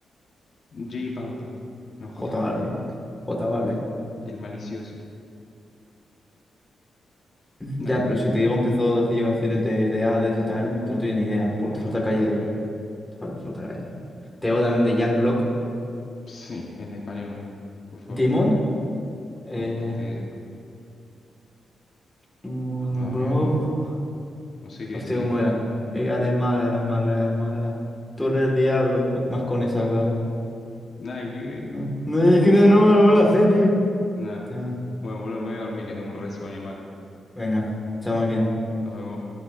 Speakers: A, on the left (about 45°); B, in the centre.
A: J Balvin, no J
B: J
A: Balvin,
B: Balvin. J Balvin. <laughs>
A: el malicioso.
B: Ya,
A: No,
B: pero
A: no,
B: si te digo, empezó a decir yo canciones de, de Hades y tal, tú no tienes ni idea, porque
A: no,
B: te falta
A: la
B: calle.
A: verdad que no.
B: Te fal- te falta, calle. Te digo también de Jan Block.
A: Sí, en español, boludo, por favor.
B: Demon. Eh.
A: Ni puta idea.
B: mm,
A: No, amigo,
B: <laughs> bro,
A: no.
B: po-
A: No sé qué
B: Hostia,
A: decir,
B: ¿cómo
A: boludo.
B: era? Eh, Eres mala, eres mala, eres mala. Tú eres el diablo, pues, más con esa cara.
A: Nada que ver.
B: Ah. No, es que no, no, me- no me lo sé, tío.
A: Nada.
B: Ta-
A: Bueno, boludo, me voy a dormir que tengo un resueño mal.
B: Venga, chao máquina.
A: Nos vemos.